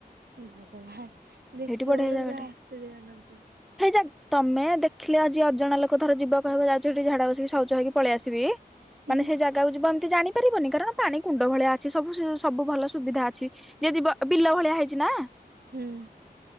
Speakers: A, on the right; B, in the centre.
A: ଭଗବାନ ଦେଖିବ
B: ହେଇଠି ବଢିଆ
A: ବୋଲି
B: ଜାଗାଟେ
A: ପୁରା ଆଶ୍ଚର୍ଯ୍ୟ ହେ
B: ହେଇ ଯା ତମେ ଦେଖିଲେ ଆଜି ଅଜଣା ଲୋକ ଥର ଯିବା କହିବା ଯାଉଛି ଏଠି ଝାଡା ବସିକି ଶୌଚ ହେଇକି ପଳେଇ ଆସିବି
A: ସବୁ।
B: ମାନେ ସେ ଜାଗା ଗକୁ ଯିବ ଏମିତି ଜାଣିପାରିବନି କାରଣ ପାଣି କୁଣ୍ଡ ଭଳିଆ ଅଛି ସବୁ ସବୁ ଭଲ ସୁବିଧା ଅ ଛି ଯଦି ବିଲ ଭଳିଆ ହେଇଛି ନା।
A: ହୁଁ